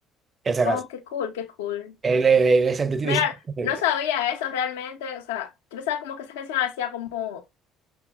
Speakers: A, on the right (about 35°); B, on the left (about 75°).
A: Esa
B: oh,
A: canción.
B: qué cool, qué cool.
A: Él es de, de Sentiti-
B: Mira,
A: de Sentiti.
B: no sabía eso realmente, o sea, yo pensaba como que esa canción la hacía como,